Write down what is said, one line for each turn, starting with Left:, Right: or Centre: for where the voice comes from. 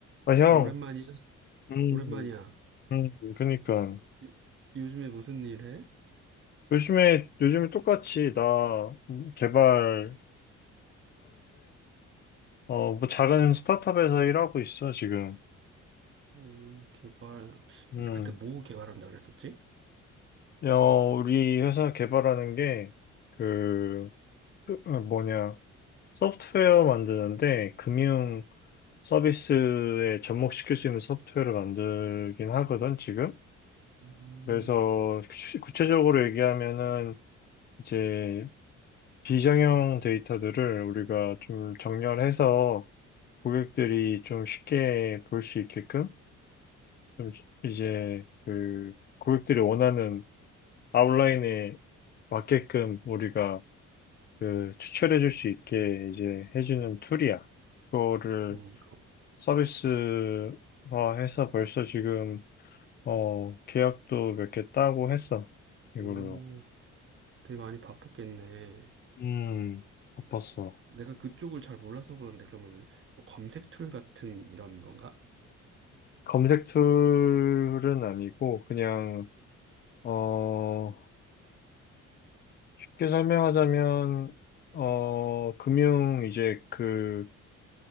Left: 아, 형,
Right: 어, 오랜만이야?
Left: 음,
Right: 오랜만이야.
Left: 음, 그니까.
Right: 요, 요즘에 무슨 일 해?
Left: 요즘에, 요즘에 똑같이 나 개발하는데, 어, 뭐 작은 스타트업에서 일하고 있어, 지금.
Right: 음, 개발.
Left: 음,
Right: 그때 뭐 개발한다 그랬었지?
Left: 어, 우리 회사 개발하는 게, 그, 그, 어, 뭐냐, 소프트웨어 만드는데, 금융 서비스에 접목시킬 수 있는 소프트웨어를 만들긴 하거든, 지금.
Right: 음,
Left: 그래서, 구체적으로 얘기하면은, 이제 비정형 데이터들을 우리가 좀 정렬해서 고객들이 좀 쉽게 볼 수 있게끔 좀 시- 이제 그 고객들이 원하는 아웃라인에 맞게끔 우리가 그 추출해 줄 수 있게 이제 해주는 툴이야. 그거를
Right: 음, 그,
Left: 서비스화해서 벌써 지금 어 계약도 몇 개 따고 했어. 이걸로.
Right: 오, 되게 많이 바쁘겠네.
Left: 음, 바빴어.
Right: 내가 그쪽을 잘 몰라서 그런데 그러면은 뭐 검색 툴 같은 이런 건가?
Left: 검색 툴은 아니고 그냥 어, 쉽게 설명하자면, 어, 금융, 이제 그,